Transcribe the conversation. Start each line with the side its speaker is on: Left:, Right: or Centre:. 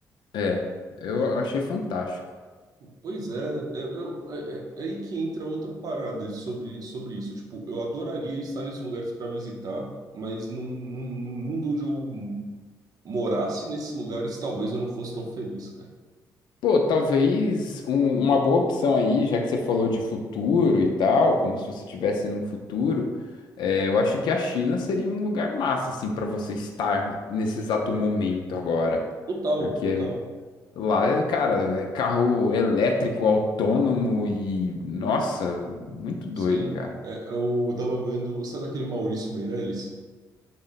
Left: É, eu
Right: E,
Left: achei fantástico.
Right: pois é, é, eu- é- é- é aí que entra outra parada sobre, sobre isso. Tipo, eu adoraria estar nesses lugares para visitar, mas num, num, num mundo onde eu morasse nesses lugares, talvez eu não fosse tão feliz, cara.
Left: Pô, talvez um- uma boa opção aí, já que você falou de futuro e tal, como se você estivesse num futuro, é, eu acho que a China seria um lugar massa, assim, para você estar nesse exato momento agora.
Right: Total,
Left: Porque
Right: total.
Left: lá, é, cara, é carro elétrico, autônomo e, nossa, muito doido,
Right: Sim.
Left: cara.
Right: É, eu tava vendo, sabe aquele Maurício Meirelles?